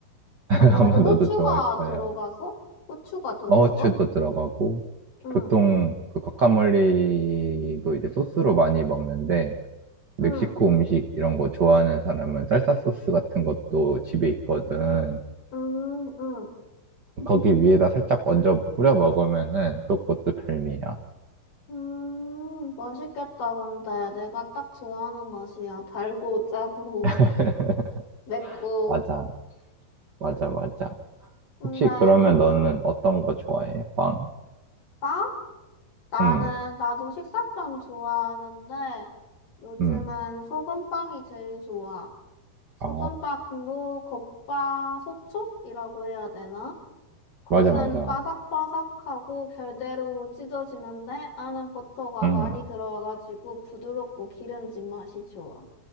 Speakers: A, on the right; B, on the left.
A: <laughs>
B: 아무래도
A: 아마
B: 후추가
A: 너도 좋아할 거야.
B: 들어가서? 후추가 들어가서?
A: 어우추도 들어가고
B: 응,
A: 보통 그 과카몰리도 이제 소스로 많이 먹는데 멕시코
B: 응,
A: 음식 이런 거 좋아하는 사람은 살사 소스 같은 것도 집에 있거든.
B: 응, 응.
A: 거기 위에다 살짝 얹어 뿌려 먹으면은 또 그것도 별미야.
B: 음, 맛있겠다, 근데. 내가 딱 좋아하는 맛이야. 달고, 짜고,
A: <laughs>
B: <laughs> 맵고.
A: 맞아, 맞아, 맞아.
B: 근데,
A: 혹시 그러면
B: 응,
A: 너는 어떤 거 좋아해? 빵?
B: 빵? 나는,
A: 응,
B: 나도 식사빵 좋아하는데, 요즘은
A: 응,
B: 소금빵이 제일 좋아. 소금빵도
A: 아,
B: 겉바소촉이라고 해야 되나? 겉은
A: 맞아, 맞아.
B: 바삭바삭하고 결대로 찢어지는데 안은 버터가
A: 응.
B: 많이 들어가가지고 부드럽고 기름진 맛이 좋아.